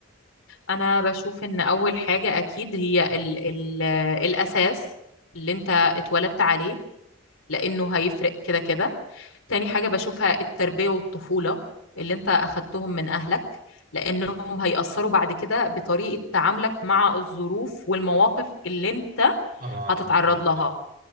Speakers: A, on the left; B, on the right.
A: انا بشوف ان اول حاجة اكيد هي
B: اه
A: ال ال الاساس اللي انت اتولدت عليه لانه هيفرق كده كده تاني حاجة بشوفها التربية والطفولة اللي انت أخدتهم من أهلك لأنهم هيأثروا بعد كده بطريقة تعاملك مع الظروف والمواقف اللي انت
B: اه
A: هتتعرض
B: فهمت
A: لها
B: عليك